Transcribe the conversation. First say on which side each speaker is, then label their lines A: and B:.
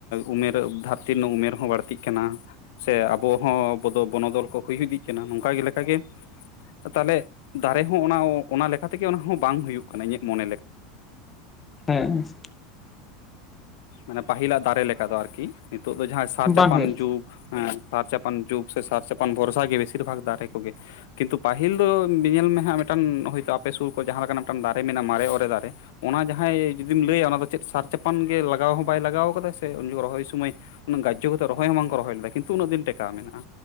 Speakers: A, on the left; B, on the left.
A: ᱩᱢᱮᱨ ᱫᱷᱟᱹᱨᱛᱤ ᱨᱮᱱᱟᱜ ᱩᱢᱮᱨ ᱦᱚᱸ ᱵᱟᱹᱲᱛᱤ ᱞᱟᱹᱛᱤᱜ ᱠᱟᱱᱟ ᱥᱮ ᱟᱵᱚ ᱦᱚᱸ ᱟᱵ ᱵᱚᱱᱚᱫᱚᱞ ᱠᱚ ᱦᱩᱭ ᱤᱫᱤᱜ ᱠᱟᱱᱟ ᱱᱚᱝᱠᱟ ᱞᱮᱠᱟᱜᱮ ᱛᱟᱦᱞᱮ ᱫᱟᱨᱮ ᱦᱚᱸ ᱚᱱᱟ ᱚᱱᱟ ᱞᱮᱠᱟ ᱛᱮᱜᱮ ᱚᱱᱟᱦᱚᱸ ᱵᱟᱝ ᱦᱩᱭᱩᱜ ᱠᱟᱱᱟ ᱤᱧᱟᱹᱜ ᱢᱚᱱᱮ ᱞᱮᱠ
B: ᱦᱮᱸ᱾
A: ᱢᱟᱱᱮ ᱯᱟᱹᱦᱤᱞᱟᱜ ᱫᱟᱨᱮ ᱞᱮᱠᱟ ᱫᱚ ᱟᱨᱠᱤ? ᱱᱤᱛᱚᱜ ᱫᱚ ᱡᱟᱦᱟᱸ ᱥᱟᱨ ᱪᱟᱯᱟᱱ
B: ᱵᱟᱝ ᱦᱩᱭᱩᱜ
A: ᱡᱩᱜᱽ᱾ ᱦᱮᱸ ᱥᱟᱨ ᱪᱟᱯᱟᱱ ᱡᱩᱜᱽ ᱥᱮ ᱥᱟᱨ ᱪᱟ <unintelligible> ᱵᱷᱚᱨᱥᱟ ᱜᱮ ᱵᱮᱥᱤᱨ ᱵᱷᱟᱜᱽ ᱫᱟᱨᱮ ᱠᱚᱜᱮ ᱠᱤᱱᱛᱩ ᱯᱟᱹᱦᱤᱞ ᱫᱚ ᱧᱮᱞ ᱢᱮ ᱦᱟᱸᱜ ᱢᱤᱫᱴᱟᱝ ᱦᱳᱭᱛᱳ ᱟᱯᱮ ᱥᱩᱨ ᱠᱚ ᱡᱟᱦᱟᱸ ᱞᱮᱠᱟᱱᱟᱜ ᱢᱤᱫᱴᱟᱝ ᱫᱟᱨᱮ ᱢᱮᱱᱟᱜᱼᱟ ᱢᱟᱨᱮ ᱚᱨᱮ ᱫᱟᱨᱮ᱾ ᱚᱱᱟ ᱡᱟᱦᱟᱸᱭ ᱡᱩᱫᱤᱢ ᱞᱟᱹᱭᱟ ᱚᱱᱟ ᱫᱚ ᱪᱮᱫ ᱥᱟᱨ ᱪᱟᱯᱟᱱ ᱜᱮ ᱞᱟᱜᱟᱣ ᱦᱚᱸ ᱵᱟᱭ ᱞᱟᱜᱟᱣ ᱠᱟᱫᱟ ᱥᱮ ᱩᱱ ᱡᱚᱠᱷᱚᱱ ᱨᱚᱦᱚᱭ ᱥᱚᱢᱚᱭ ᱚᱱᱟ ᱜᱟᱡᱽᱡᱚ ᱠᱚᱫᱚ ᱨᱚᱦᱚᱭ ᱦᱚᱸ ᱵᱟᱝᱠᱚ ᱨᱚᱦᱚᱭ ᱞᱮᱫᱟ ᱠᱤᱱᱛᱩ ᱩᱱᱟᱹᱜ ᱫᱤᱱ ᱴᱮᱠᱟᱣ ᱢᱮᱱᱟᱜᱼᱟ᱾